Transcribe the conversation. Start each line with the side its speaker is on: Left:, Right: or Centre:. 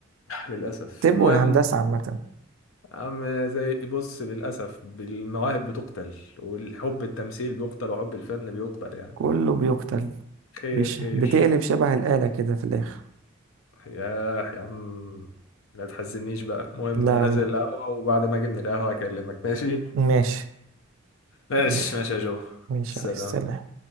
Left: للاسف
Right: الطب
Left: المهم
Right: والهندسة عامة
Left: عم زي بص للأسف المواهب بتقتل والحب التمثيل بيقتل وحب الفن بيقتل يعني
Right: كله بيقتل
Left: خير
Right: بيش...
Left: خير
Right: بتقلب شبه الآلة كده في الآخر
Left: ياه يا عم لا تحزنيش بقى المهم
Right: لا
Left: أنا
Right: لا
Left: أنزل القهوة وبعد ما أجي من القهوة أكلمك ماشي
Right: ماشي
Left: ماشي
Right: يا-
Left: ماشي يا جو
Right: ماشي
Left: سلام
Right: يا ريس سلام